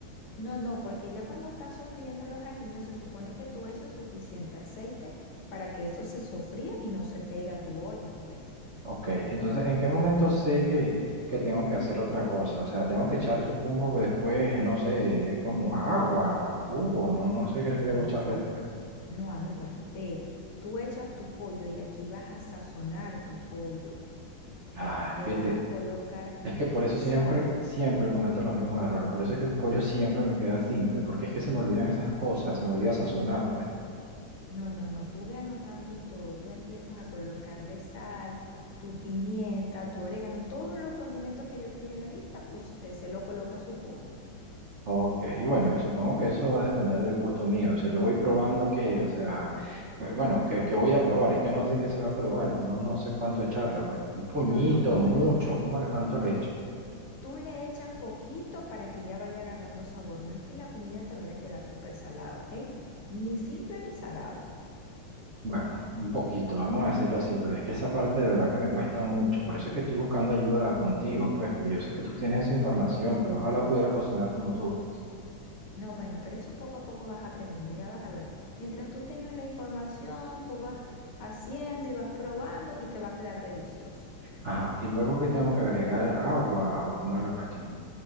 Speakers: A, on the left; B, on the right.
A: No, no, porque ya cuando estás sofriendo los aliños se supone que tú echas suficiente aceite para que eso se sofría y no se pega a tu olla, pues.
B: Ok, entonces, ¿en qué momento sé que, que tengo que hacer otra cosa? O sea, tengo que echar, supongo que después, no sé, como agua, jugo, no, no sé qué le debo
A: No,
B: echarle
A: a-
B: después.
A: no, amigo, espera. Tú echas tu pollo y aquí vas a sazonar tu pollo.
B: Ay,
A: Le
B: viste,
A: vas a colocar
B: es que por
A: tu
B: eso
A: sal.
B: siempre, siempre cometo los mismos errores. Por eso es que el pollo <laughs> siempre me queda simple, porque es que se me olvidan esas cosas, se me olvida sazonar, pues.
A: No, no, no, tú ve anotando todo, tú empiezas a colocarle sal, tu pimienta, tu orégano, todos los condimentos que yo te di en la lista, usted se lo coloca a su pollo.
B: Ok, y bueno, y supongo que eso va a depender del gusto mío. O sea, yo voy probando que, o sea, eh, bueno, que, que voy a probar. Es que no sé qué se va a probar. Yo no, no sé cuánto echarle, pues. Un puñito,
A: No, no, tú,
B: mucho,
A: l-
B: ¿cómo le cuánto le echo?
A: tú le echas poquito para que ya vaya agarrando sabor, no es que la comida te vaya a quedar súper salada, ¿ok? Ni simple ni salado.
B: Bueno, un poquito, vamos a decirlo así, pero es que esa parte de verdad que me cuesta mucho. Por eso es que estoy buscando ayuda contigo, pues, porque yo sé que tú tienes esa información, pero ojalá pudiera cocinar como tú, pues.
A: No, bueno, pero eso poco a poco vas aprendiendo, ya vas a ver. Mientras tú tengas la información, tú vas haciendo y vas probando y te va a quedar delicioso.
B: Ajá, y luego que tengo que agregar agua, o cómo es la cuestión.